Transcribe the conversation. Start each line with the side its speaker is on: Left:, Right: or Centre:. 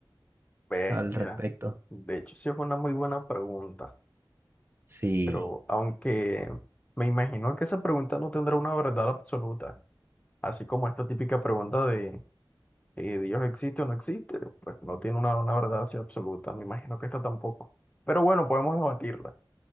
Left: Bestia.
Right: al respecto?
Left: De hecho, sí fue una muy buena pregunta,
Right: Sí.
Left: pero aunque me imagino que esa pregunta no tendrá una verdad absoluta, así como esta típica pregunta de eh, ¿Dios existe o no existe? Pues no tiene una, una verdad así absoluta, me imagino que esta tampoco. Pero bueno, podemos debatirla.